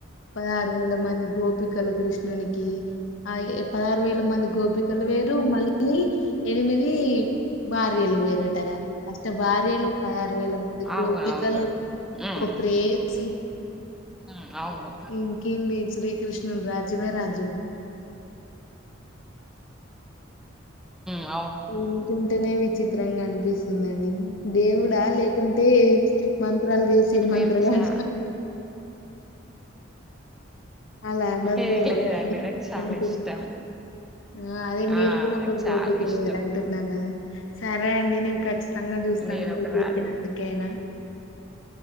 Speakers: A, on the left; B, in the centre.
A: పదహారు వేల మంది గోపికలు కృష్ణునికి. ఆ ఎ పదహారు వేల మంది గోపికలు వేరు మళ్ళీ ఎనిమిది భార్యలు వేరటగా, అష్ట భార్యలు పదహారు వేల మంది
B: అవును
A: గోపికలు
B: అవును
A: ఒక
B: ఉమ్
A: ప్రేయసి
B: ఉమ్ అవును
A: ఇంకేంది శ్రీకృష్ణుని రాజ్యమే రాజ్యం.
B: మ్
A: వింటుంటేనే విచిత్రంగా అనిపిస్తుందండి ఇది దేవుడా లేకుంటే మంత్రాలు చేసే మంత్రగాడ
B: మేము చా
A: అలా అనద్దేమో
B: ఏ లేదండి
A: కానీ
B: నాకు చాలా
A: అంటున్న
B: ఇష్టం
A: ఆ అదే మీరు
B: ఆ
A: కూడ
B: నాకు
A: ఒక గోపిక
B: చాలా ఇష్టం
A: అయ్యారు అంటున్నాగా సరే అండి నేను ఖచ్చితంగా జూస్తాను
B: నేను
A: మీరు
B: ఒక రాధ
A: చెప్పినందుకైనా.